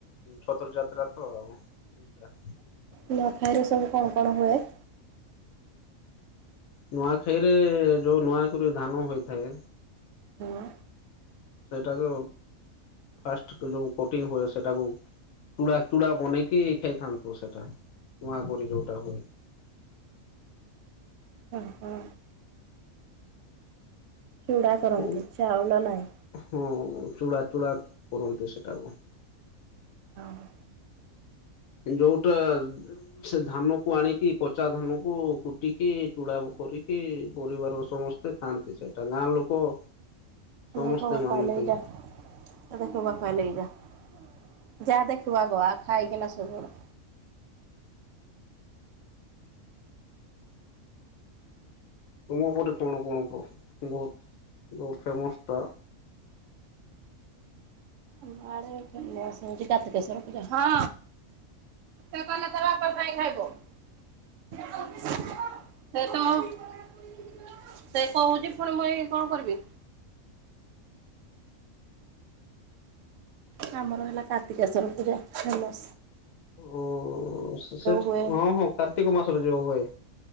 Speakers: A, on the left; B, on the right.
A: ଛତ୍ର ଯାତ୍ରା ତ ଆଉ ଦିଟା।
B: ନୂଆଖାଇରେ ସବୁ କଣ କଣ ହୁଏ?
A: ନୂଆଖାଇରେ ଯୋଉ ନୂଆ କରି ଧାନ ହୋଇଥାଏ।
B: ହଁ
A: ସେଇଟାକୁ ଫାଷ୍ଟ ଯୋଉ କୋଟିଂ ହୁଏ ସେଇଟାକୁ ଚୂଡ଼ା ଚୂଡ଼ା ବନେଇକି ଖାଇଥାନ୍ତୁ ସେଟା ନୂଆ କରି ଯୋଉଟା ହୁଏ।
B: ଓହୋ। ଖିଡ଼ା କରନ୍ତି
A: ଆଉ
B: ଚାଉଳ ନାହିଁ।
A: ହଁ ଚୂଡ଼ା ଚୂଡ଼ା କରନ୍ତୁ ସେଟାକୁ।
B: ଅହଁ।
A: ଏ ଯୋଉଟା ସେ ଧାନ କୁ ଆଣିକି କଚା ଧାନ କୁ କୁଟିକି ଚୂଡା କରିକି ପରିବାର ସମ ଖାଆନ୍ତି ସେଟା ଗାଁ ଲୋକ ସମସ୍ତେ
B: ଦେଖ
A: ମାନନ୍ତି
B: କଲେଇଟା। ଦେଖିବୁ ବାପା ନେଇକି ଯା ଯାଦେଖୀବୁ ଆଗ ଖାଇକିନା ସୋଇପଡ଼।
A: ତୁମ ପଟେ କଣ କଣ ତ ବହୁତ ଜଉ ଫେମସ୍ ଟା
B: ଆମଆଡେ ଫେମସ ହଉଚି କାର୍ତ୍ତିକେଶ୍ୱର ପୂଜା। ତ କନ ତ ବାପା ପାଇଁାଇ ଖାଇବ <inaudible> ସେଇ ତ <inaudible> ସେ କହୁଛି ଫୁଣି ମୁଇଁ କଣ କରିବି। ଆମର ହେଲା କାର୍ତ୍ତିକେଶ୍ଵର ପୂଜା ହେଲା।
A: ଓ ସେ
B: ହୁଏ
A: ହଁ ହଁ କାର୍ତ୍ତିକ ମାସରେ ଯୋଉ ହୁଏ।